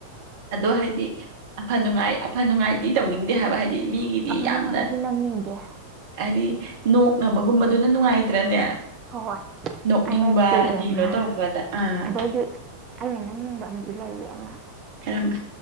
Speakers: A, on the right; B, on the right.
A: ꯑꯗꯣ ꯍꯥꯏꯗꯤ ꯑꯐ ꯅꯨꯡꯉꯥꯏ ꯑꯐ ꯅꯨꯡꯉꯥꯏꯗꯤ ꯇꯧꯅꯤꯡꯗꯦ ꯍꯥꯏꯕ ꯍꯥꯏꯗꯤ ꯍꯥꯏꯗꯤ ꯃꯤꯒꯤꯗꯤ
B: ꯑꯐ
A: ꯌꯥꯝꯅ
B: ꯅꯨꯡꯉꯥꯏꯗꯤ ꯅꯝꯅꯤꯡꯗꯦ
A: ꯍꯥꯏꯗꯤ ꯅꯣꯛꯅꯕꯒꯨꯝꯕꯗꯨꯅ ꯅꯨꯡꯉꯥꯏꯇ꯭ꯔꯅꯦ
B: ꯍꯣꯏ
A: ꯅꯣꯛꯅꯤꯡꯕ
B: ꯑꯅꯣꯛꯄꯤꯒ
A: ꯍꯥꯏꯗꯤ
B: ꯑꯃ
A: ꯀꯩꯅꯣ ꯇꯧꯕꯗ ꯑꯥ
B: ꯑꯗꯩꯗꯤ ꯑꯩꯅ ꯅꯪꯅꯤꯡꯕ ꯑ ꯂꯩꯥꯏꯔꯤ ꯑꯃ
A: ꯈꯔꯝꯕ